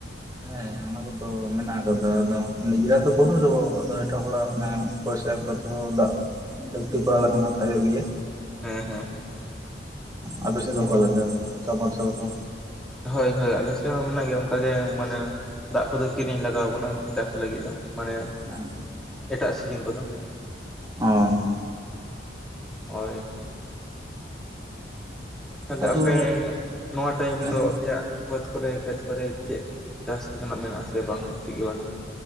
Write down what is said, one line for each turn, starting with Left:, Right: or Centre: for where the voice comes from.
Right: ᱦᱮᱸ ᱚᱱᱟ ᱠᱚᱫᱚ ᱢᱮᱱᱟᱜ ᱟᱠᱟᱫᱟ ᱟᱫᱚ ᱱᱤᱡᱮᱨᱟᱜ ᱫᱚ ᱵᱟᱹᱱᱩᱜ ᱨᱮᱦᱚᱸ ᱟᱫᱚ ᱮᱴᱟᱜ ᱦᱚᱲᱟᱜ ᱚᱱᱟ ᱾ ᱯᱚᱭᱥᱟ ᱠᱟᱛᱮ ᱦᱚᱸ ᱫᱟᱜ ᱫᱟᱹᱠᱛᱤ ᱯᱨᱟᱣ ᱞᱮᱠᱷᱟᱱ ᱛᱟᱦᱮᱸ ᱜᱮᱭᱟ᱾
Centre: ᱦᱩᱸ ᱦᱩᱸ ᱦᱩᱸ ᱾
Right: ᱟᱯᱮ ᱥᱮᱫ ᱫᱚ ᱚᱠᱟᱞᱮᱠᱟ ᱥᱟᱵ ᱢᱟᱨᱥᱟᱞ ᱠᱚ?
Centre: ᱦᱳᱭ ᱦᱳᱭ ᱟᱞᱮ ᱥᱮᱫ ᱦᱚᱸ ᱢᱮᱱᱟᱜ ᱜᱮᱭᱟ ᱚᱱᱠᱟ ᱜᱮ ᱢᱟᱱᱮ ᱫᱟᱜ ᱠᱚᱫᱚ ᱠᱤᱨᱤᱧ ᱞᱟᱜᱟᱣ ᱵᱚᱱᱟ ᱪᱟᱥ ᱞᱟᱹᱜᱤᱫ ᱦᱚᱸ ᱢᱟᱱᱮ
Right: ᱦᱮᱸ
Centre: ᱮᱴᱟᱜ ᱥᱤᱡᱤᱱ ᱠᱚᱫᱚ ᱾
Right: ᱚᱸᱻ
Centre: ᱦᱳᱭ ᱾ ᱛᱟᱦᱞᱮ
Right: ᱟᱫᱚ
Centre: ᱟᱯᱮ ᱱᱚᱣᱟ ᱴᱟᱭᱤᱢ
Right: ᱦᱮᱸ
Centre: ᱫᱚ ᱟᱯᱮᱭᱟᱜᱼᱼ ᱵᱟᱹᱫᱽ ᱠᱚᱨᱮ ᱠᱷᱮᱛ ᱠᱚᱨᱮ ᱪᱮᱫ ᱪᱟᱥ ᱞᱮᱠᱟᱱᱟᱜ ᱢᱮᱱᱟᱜᱼᱟ ᱥᱮ ᱵᱟᱝᱟ ᱪᱮᱫ ᱜᱮ ᱵᱟᱹᱱᱩᱜᱼᱟ?